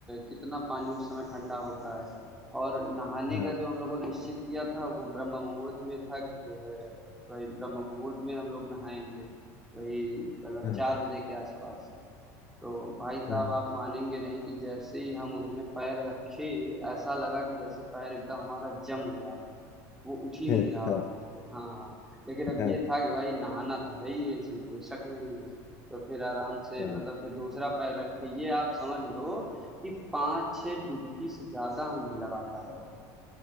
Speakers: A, in the centre; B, on the left (about 35°).
A: कितना पानी उस समय ठंडा होता है और नहाने
B: हाँ
A: का जो हम लोगों ने निश्चित किया था वो ब्रह्म मुहूर्त में था कि जो है वही ब्रह्म मुहूर्त में हम लोग नहाएंगे वही मतलब
B: हाँ
A: चार बजे के आसपास तो भाई साहब
B: हाँ हाँ
A: आप मानेंगे नहीं कि जैसे ही हम उसमें पैर रखे ऐसा लगा कि जैसे पैर एकदम हमारा जम गया हो वो उठ ही
B: हाँ
A: नहीं रहा
B: हाँ,
A: वहां से हाँ हाँ लेकिन अब
B: हाँ,
A: ये था कि भाई नहाना तो है ही है इसमें कोई शक नहीं है तो फिर आराम से
B: हाँ,
A: मतलब फिर दूसरा पैर रख के ये आप समझ लो कि पांच छह डुबकी से ज्यादा हम नहीं लगा पाए वहां